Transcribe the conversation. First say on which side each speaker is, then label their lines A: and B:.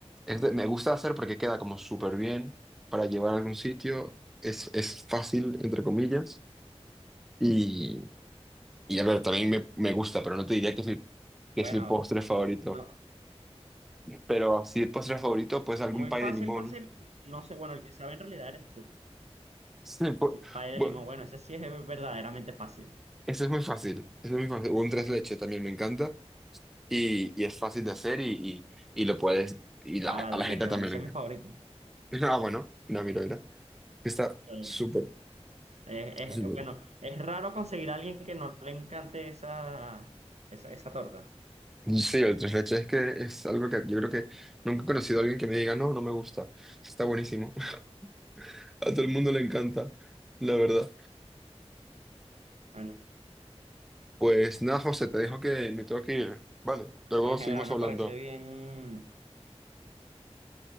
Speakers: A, in the centre; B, on the right.
A: Es de- me gusta hacer porque queda como súper bien para llevar a algún sitio. Es, es fácil, entre comillas. Y, y a ver, también me, me gusta, pero no te diría que es mi, que
B: Bueno,
A: es mi postre favorito.
B: no,
A: Pero así, postre favorito, pues algún
B: muy
A: pay
B: fácil,
A: de limón.
B: fácil.
A: <laughs>
B: No sé, bueno, el que sabe en realidad eres tú.
A: Sí, bu-
B: Un pay de
A: bu-
B: limón, bueno, ese sí es verdaderamente fácil.
A: eso es muy fácil. Eso es muy fácil. Un tres leche también me encanta. Y, y es fácil de hacer y, y, y lo puedes. Y la,
B: Ah, la
A: a
B: tres
A: la gente
B: leches,
A: también
B: bueno, ese
A: le
B: es
A: encanta.
B: mi favorito.
A: <laughs> Ah, bueno, una mira, mira. Está
B: Sí.
A: súper,
B: Es,
A: súper.
B: es- bueno, es raro conseguir a alguien que no le encante esa, esa, esa torta.
A: Sí, el tres leches es que es algo que yo creo que nunca he conocido a alguien que me diga, no, no me gusta. Está buenísimo. <laughs> A todo el mundo le encanta, la verdad.
B: Bueno,
A: Pues nada, José, te dejo que me tengo que ir. Vale, luego
B: en
A: seguimos
B: general me
A: hablando.
B: parece bien.